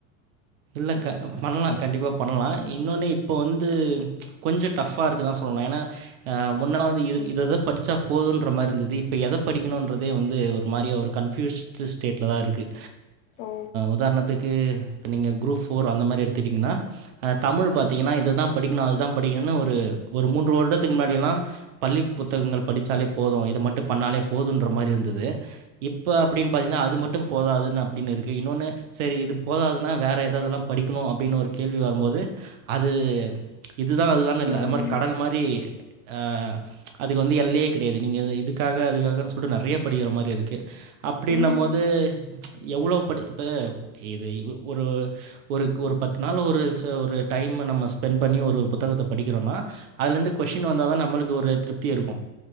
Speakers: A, on the right; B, on the left.
A: இல்ல க பண்லா கண்டிப்பாக பண்லா இன்னொன்னு இப்போ வந்து கொஞ்சோ டஃப்ஃபா இருக்குதா சொல்லனும் ஏனா முன்னெல்லா வந்து இது இத இத படிச்சா போதுன்ற மாரி இருந்தது இப்போ எதை படிக்கணுன்றதே வந்து ஒரு மாரியே ஒரு கன்ஃப்யூஸ்ட்டு ஸ்டேட்ல தான் இருக்குது
B: ஓ
A: உதாரணத்துக்கு நீங்க குரூப் ஃபோர் அந்த மாரி எடுத்துட்டீங்கனா தமிழ் பாத்திங்கனா இது தான் படிக்கணும் அது தான் படிக்கணும்னு ஒரு மூன்று வருடத்துக்கு முன்னாடியெல்லா பள்ளி புத்தகங்கள் படிச்சாலே போதும் இத மட்டும் பண்ணாலே போதுன்ற மாரி இருந்தது இப்போ அப்டின்னு பாத்தீங்கனா அது மட்டும் போதாதுன்னு அப்டின்னு இருக்கு இன்னொன்னு செரி இது போதாதுன்னா வேற ஏததெல்லாம் படிக்கணும் அப்டின்னு ஒரு கேள்வி வரும்போது அது இது இதுதா அதுதானு இல்ல
B: ம்
A: அது மாரி கடல் மாரி அ அதுக்கு வந்து எல்லையே குடையாது நீங்க இதுக்காக அதுக்காகன் சொல்ட்டு நறைய படிக்கிற மாரி இருக்கு அப்டினம்மோது
B: ம்
A: எவ்ளோ படி இப்ப இது <unintelligible> ஒரு ஒருக் ஒரு பத்து நாள் ஒரு ச ஒரு டைம்ம நம்ம ஸ்பெண்ட் பண்ணி ஒரு புத்தகத்த படிக்கிறோனா அதுலந்து கொஷின் வந்தா தா நம்மளுக்கு ஒரு திருப்தி இருக்கோ